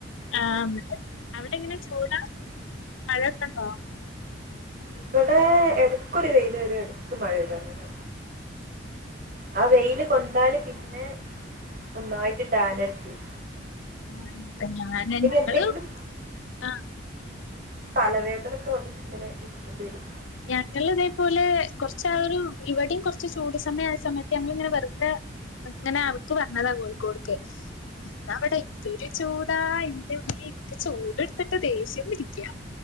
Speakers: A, on the left; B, on the right.
A: ആ അവിടെങ്ങന ചൂടാ മഴൊക്കെ ഉണ്ടോ
B: ഇവിടെ എടക്കൊരു വെയില് വരും എടക്ക് മഴ വരും അങ്ങനെ ആ വെയില് കൊണ്ടാല് പിന്നെ ഒന്നായിട്ട് ടാനടിക്കും
A: ആഹ് എന്ത ഞാന് ഞങ്ങള്
B: എന്തെങ്കിലും
A: ആഹ്
B: തലവേദനൊക്കെ വന്നിട്ട് ഇങ്ങനെ ഇരിക്കേണ്ടി വരും
A: ഞങ്ങള് ഇതേപോലെ കൊറച്ച് ആ ഒരു ഇവിടെയും കൊറച്ച് ചൂട് സമയം ആയ സമയത്ത് ഞങ്ങളിങ്ങനെ വെറുതെ ഇങ്ങനെ അവിട്ക്ക് വന്നതാ കോഴിക്കോട്ക്ക് എന്താവിടെ എന്തൊരു ചൂടാ പി എനിക്ക് ചൂടെടുത്തിട്ട് ദേഷ്യം പിടിക്യാ